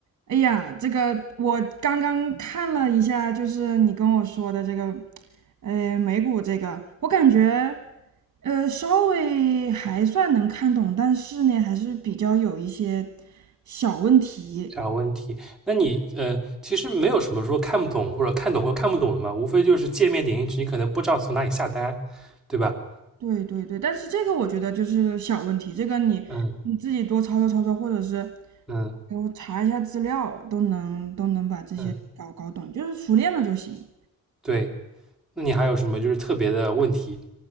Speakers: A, on the right; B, in the centre.
A: 哎呀，这个我刚刚看了一下，就是你跟我说的这个，呃，美股这个，我感觉，呃，稍微还算能看懂，但是呢，还是比较有一些小问题。
B: 啥问题？那你呃，其实没有什么说看不懂或者看懂或看不懂的嘛，无非就是界面点进去，你可能不知道从哪里下单，对吧？
A: 对对对，但是这个我觉得就是小问题，这个你你自己多操作操作，
B: 嗯
A: 或者是
B: 嗯
A: 给我查一下资料，都能都能把这些搞搞懂，
B: 嗯，
A: 就是熟练了就行。
B: 对。那你还有什么就是特别的问题？